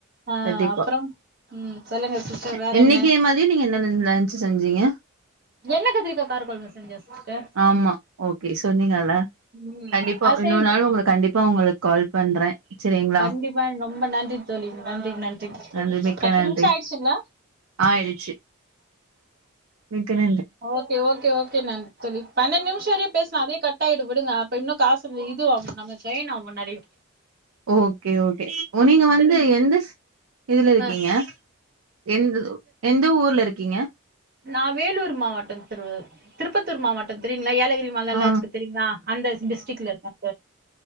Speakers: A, on the right (about 45°); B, on the right (about 80°).
A: அஹ்
B: கண்டிப்பா
A: அப்புறம் உம் சொல்லுங்க சிஸ்டர்
B: அ
A: வேற
B: இன்னைக்கு
A: என்ன
B: மதியம் நீங்க என்ன லன்ச் செஞ்சீங்க
A: என்ன கத்திரிக்கா கார கொழம்பு செஞ்சா சிஸ்டர்
B: ஆமா ஓக்கே சொன்னீங்கல
A: ம்
B: கண்டிப்பா
A: ஆ
B: இன்னொரு
A: செய்
B: நாாளும் உங்க கண்டிப்பா உங்களுக்கு கால் பண்றேன் சரிங்களா
A: கண்டிப்பா ரொம்ப நன்றி தோழி நன்றி நன்றி
B: நன்றி மிக்க
A: பத்து
B: நன்றி
A: நிமிஷம் ஆயிடுச்சுங்களா
B: ஆயிடுச்சு மிக்க நன்றி
A: ஓக்கே ஓக்கே ஓக்கே நன்றி தோழி பன்னெண்டு நிமிஷ வரை பேசும் அதே கட்ட ஆயிடு விடுங்கப்ப இன்னும் காசு இது ஆகும் நம்ம ஜெயின் ஆகும் நிறைய
B: ஓக்கே ஓக்கே நீங்க வந்து
A: நிமிஷ்
B: எந்த இதுல இருக்கீங்க
A: ஆ
B: எந்த எந்த ஊர்ல இருக்கீங்க
A: நான் வேலூர் மாவட்டம் திரு திருப்பத்தூர் மாவட்டம் தெரிய ங்களா ஏலகிரில எல்லாம்
B: ஆ
A: இருக்கு தெரியங்களா அந்த டிஸ்ட்ரிக்ல இருக்கோம்